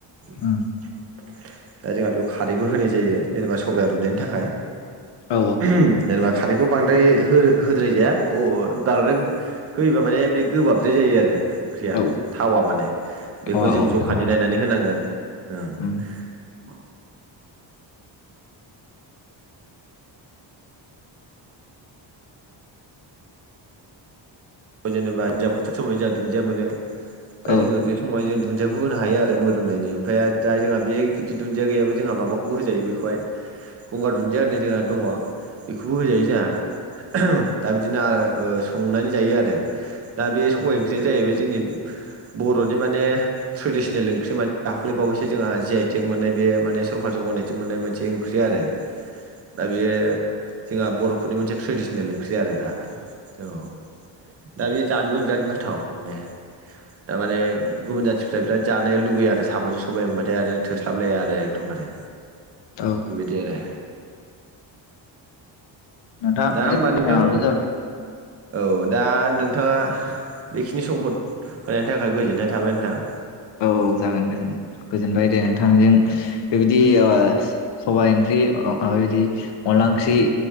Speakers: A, on the right; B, on the left.
A: <inaudible>
B: उम
A: <inaudible> दा जोंहा बेयाव खारैबो होनाय जायो जेनेबा सबाया रुयनायनि थाखाय
B: औ
A: । देरबा खारैखौ बांद्राय हो - होद्राय जाया अ बांद्राय होयोबा माने बे गोबाबद्राय जायो आरो । ओंख्रिया
B: औ
A: थावा माने बेखौ
B: थावा
A: जों
B: औ
A: जखानि
B: थावा
A: नायनानै होनांगोन ओ
B: उम
A: । जेनेबा एगजामफोल समावहाय जा दुन्दिया मोनो दा
B: औ
A: जोङो बे समावहाय जों दुन्दियाखौ होनो हायो आरो मोदोमनायनि ओमफ्राय दा जोंहा बे जुदि दुन्दिया गैयाबो जोंहा माबाखौबो होजायो बेखौहाय गंगार दुन्दिया होननाय जोंहा दङ । बेखौबो होजायो जा । दा बिदिनो आरो संनानै जायो आरो । दे दा बे सबाय ओंख्रिया जाहैबाय जोंनि बर'नि माने ट्रेडिसनेल ओंख्रि माने दाख्लैबावैसो जोंहा जि आइ टेक मोननाय बेयो माने सरखारजों गनायथि मोननाय मोनसे ओंख्रि आरो । दा बे जोंहा बर'फोरनि मोनसे ट्रेडिसनेल ओंख्रि आरो दा औ। दा बेयो जानोबो बिराद गो थाव माने थारमाने गुबुन जाथिफ्रा बिराद जानो लुुबैयो आरो साम'जों सबाय होनबाथाय आरो थोस्लाबलाया आरो एखदमबारे
B: औ
A: बिबायदि आरो।
B: नोंथां
A: दा
B: <unintelligible>
A: होमबा
B: टाइमाबो
A: नोंथां
B: जाबाय
A: औ दा नोंथाङा बेखिनि समखौ होनायनि थाखाय गोजोननाय थाबाय नोंथां।
B: औ जागोन गोजोन गोजोनबाय दे नोंथांजों
A: औ
B: बेबायदि ओ सबाइ ओं ख्रि ओ मा बिदि अनला ओंख्रि